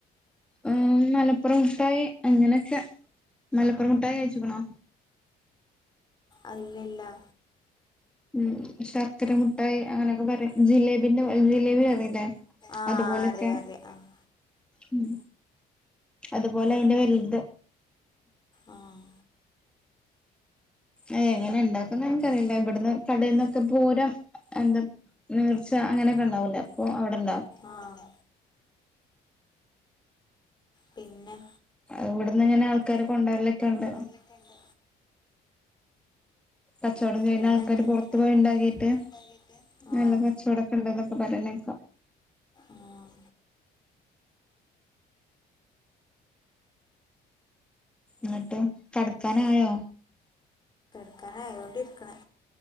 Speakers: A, in the centre; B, on the left (about 25°).
A: ഉം മലപ്പുറം മുട്ടായി അങ്ങനെയൊക്കെ മലപ്പുറം മുട്ടായി കഴിച്ചിക്ണോ
B: അല്ലില്ല
A: ഉം ശർക്കര മുട്ടായി അങ്ങനെയൊക്കെ പറയും ജിലേബിന്റെ ജിലേബി പറയില്ലേ
B: ആഹ്
A: അതുപോലെക്കെ
B: അറിയാ അറിയാ ആഹ്
A: ഉം അതുപോലെ അതിന്റെ വെൽത്
B: ആഹ്
A: അത് എങ്ങനെ ണ്ടാക്കന്ന് ഇൻക്കറിയില്ല ഇബ്ട്ന്ന് കടയിന്നൊക്കെ പൂരം എന്താ നീർച്ച അങ്ങനെയൊക്കെ ണ്ടാവൂല്ലേ അപ്പോ അവടെ ണ്ടാവും
B: ആഹ് പിന്നെ
A: ഇവിടന്ന് ഇങ്ങനെ ആൾക്കാര് കൊണ്ടരലൊക്കെണ്ട്
B: ന്തെക്കണ്ട്
A: കച്ചോടം ചെയ്യുന്ന
B: പണിയല്ലേ
A: ആൾക്കാര് പോറത്ത്
B: ആൾക്കാര്
A: പോയി ഒണ്ടാക്കിട്ട്
B: പുറത്ത് പോയി ഉണ്ടാക്കിയിട്ട് ആഹ്
A: നല്ല കച്ചോടം കണ്ടോന്നൊക്കെ പറയണകേക്കാ
B: ആഹ്
A: ന്നിട്ട് കെടക്കാനായോ
B: ക്കാനായേണ്ടിരിക്കണേ